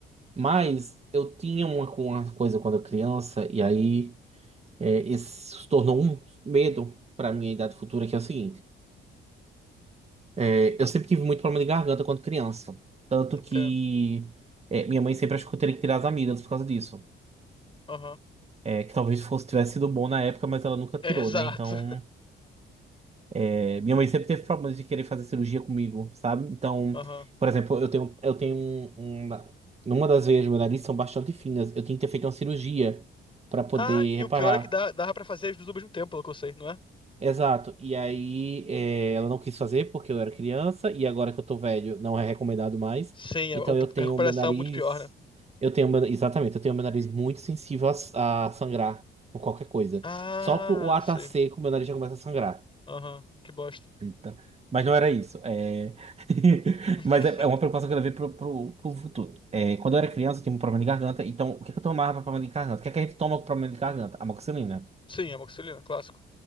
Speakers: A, on the right (about 30°); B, on the left (about 25°).
A: Mas eu tinha uma, uma coisa quando eu criança, e aí é, esse se tornou um medo pra minha idade futura, que é o seguinte. É, eu sempre tive muito problema de garganta quando criança. Tanto
B: entendo.
A: que é, minha mãe sempre achou que eu teria que tirar as amigas por causa disso.
B: Aham.
A: É, que talvez fosse, tivesse sido bom na época, mas ela nunca tirou,
B: Exato.
A: né? Então, é, minha mãe sempre teve problemas de querer fazer cirurgia comigo, sabe? Então,
B: <laughs> Aham.
A: por exemplo, eu tenho, eu tenho um, um, numa das veias do meu nariz são bastante finas. Eu tinha que ter feito uma cirurgia para poder
B: Ah, e
A: reparar.
B: o pior é que dá, dava pra fazer as duas ao mesmo tempo, pelo que eu sei, não é?
A: Exato. E aí, é, ela não quis fazer porque eu era criança, e agora que eu tô velho, não é recomendado mais.
B: Sim, a,
A: Então
B: a
A: eu tenho
B: recuperação
A: o meu nariz.
B: é muito pior, né?
A: Eu tenho meu, exatamente, eu tenho meu nariz muito sensível a, a sangrar por qualquer coisa.
B: Ah,
A: Só por o ar
B: sei.
A: tá seco, meu nariz já começa a sangrar.
B: Aham, que bosta.
A: Eita. Mas não era isso. É... <laughs>
B: <laughs>
A: Mas é é uma preocupação que eu levei pro, pro, pro futuro. É, quando eu era criança, eu tinha um problema de garganta. Então, o que, que eu tomava para problema de garganta? O que, que a gente toma com problema de garganta? Amoxicilina.
B: Sim, amoxicilina, clássico.